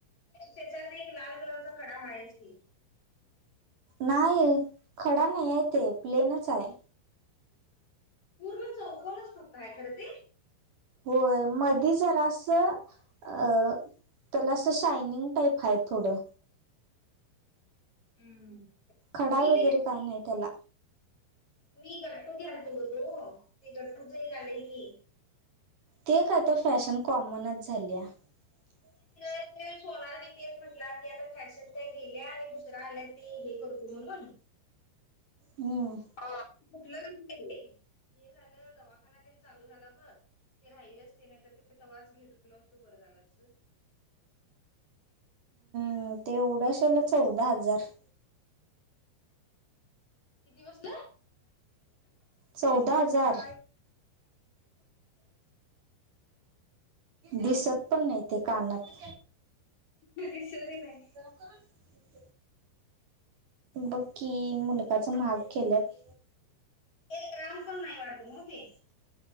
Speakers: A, on the left; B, on the right.
A: त्याच्यात एक लाल कलरचा खडा वाय क
B: नाही खडा नाही येत प्लेनच आहे
A: पूर्व चकलच फक्त आहे खरं ते
B: होय मधी जरा असं अ त्याला असं शायनिंग टाईप आहे थोडं
A: हम्म
B: खडा
A: मी
B: वगैरे
A: ते
B: काय नाही त्याला
A: मी गट्टू घालतो तो ते गट्टूचही झालेय की
B: ते आता फॅशन कॉमनच झाली आहे ह
A: सोनारला म्हटलं की आता फॅशन गेल्या आणि दुसरा आल्या ते हे करतो म्हणून
B: हम्म
A: टलं हे झालं दवाखाना त्यांनी चालू झाला बर ते राहिलेच ते नाही तर ते तवास घेतटल असतो बरं झाला अस सर
B: ह तेवढ्याशेला चौदा हजार
A: किती बसला
B: चौदा हजार दिसत पण नाही ते कानात
A: नाही सोरी नाही
B: काठ बकी मुलकाच महाग केलं
A: एक गॅम फोन नाही वाढत मओके